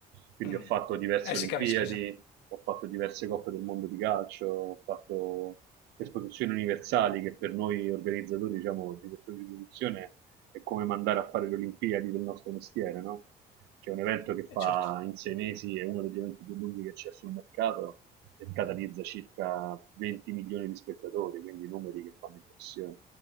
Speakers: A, on the right (about 80°); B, on the left (about 85°).
A: Quindi
B: Mm.
A: ho fatto diverse
B: Eh sì,
A: Olimpiadi,
B: capisco, sì.
A: ho fatto diverse coppe del mondo di calcio, ho fatto esposizioni universali che per noi organizzatori, diciamo, direttori di produzione è come mandare a fare le Olimpiadi del nostro mestiere, no? Che è un evento che fa
B: Eh, certo.
A: in sei mesi, è uno degli eventi più lunghi che c'è sul mercato e catalizza circa 20 milioni di spettatori, quindi numeri che fanno impressione.